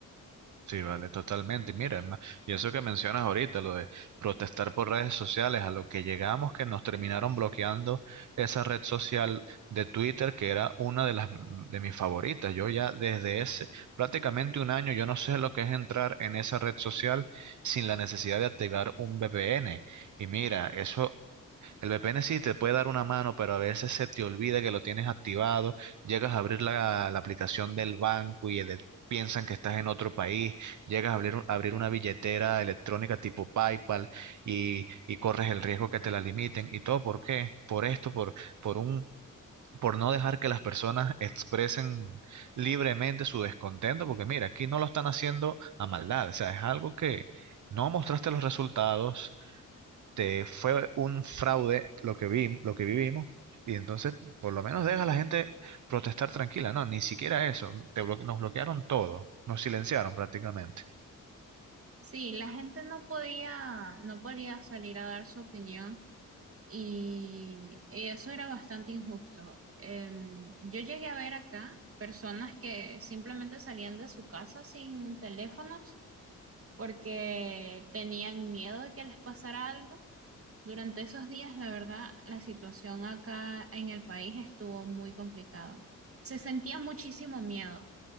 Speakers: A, on the right (about 65°); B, on the right (about 45°).
A: Sí, vale, totalmente. Y mira, es más, y eso que mencionas ahorita, lo de protestar por redes sociales, a lo que llegamos que nos terminaron bloqueando esa red social de Twitter, que era una de las de mis favoritas. Yo ya desde ese prácticamente un año, yo no sé lo que es entrar en esa red social sin la necesidad de activar un VPN. Y mira, eso El VPN sí te puede dar una mano, pero a veces se te olvida que lo tienes activado, llegas a abrir la, la aplicación del banco y de- piensan que estás en otro país, llegas a abrir, un- abrir una billetera electrónica tipo PayPal y, y corres el riesgo que te la limiten. ¿Y todo por qué? Por esto, por, por un... por no dejar que las personas expresen libremente su descontento, porque mira, aquí no lo están haciendo a maldad, o sea, es algo que no mostraste los resultados, este, fue un fraude lo que vi, lo que vivimos. Y entonces, por lo menos deja a la gente protestar tranquila. No, ni siquiera eso. Te bloque- nos bloquearon todo. Nos silenciaron prácticamente.
B: Sí, la gente no podía, no podía salir a dar su opinión Y, eso era bastante injusto. Em, yo llegué a ver acá personas que simplemente salían de su casa sin teléfonos porque tenían miedo de que les pasara algo. Durante esos días, la verdad, la situación acá en el país estuvo muy complicada. Se sentía muchísimo miedo.